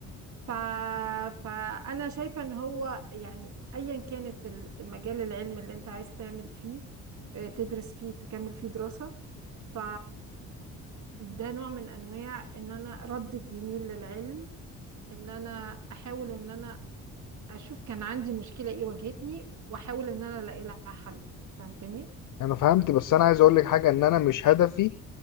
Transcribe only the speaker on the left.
انا فهمت بس انا عايز اقول لك حاجه ان انا مش هدفي